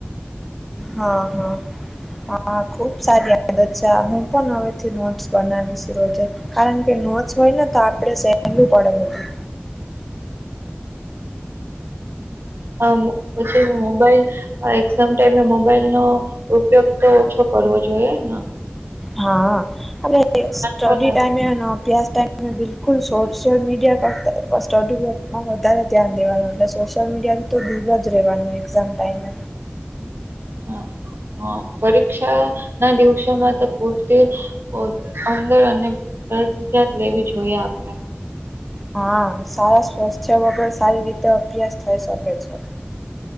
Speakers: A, in the centre; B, on the right.
A: હા, હા આ ખુબ સારી આદત છે, હું પણ હવેથી નોટ્સ બનાવીશ રોજે, કારણ કે નોટ્સ હોય ને તો આપડે સહેલું પડે બધું.
B: આમ પછી મોબાઈલ આ એક્ઝામ ટાઈમે મોબાઈલ નો ઉપયોગ તો ઓછો કરવો જોઈએ ના.
A: હા. આપણે સ્ટડી
B: પણ
A: ટાઈમે અને અભ્યાસ ટાઈમ અને બિલકુલ સોશિયલ મીડિયા કરતા સ્ટડીમાં વધારે ધ્યાન દેવાનું, એટલે સોશિયલ મીડિયા તો દૂર જ રહેવાનું એક્ઝામ ટાઈમે.
B: હા. હા. પરીક્ષા ના દિવસોમાં તો પૂરતી <unintelligible> લેવી જોઈએ આપણે.
A: હા. સારા સ્વાસ્થ્ય વગર સારી રીતે અભ્યાસ થઈ શકે છે.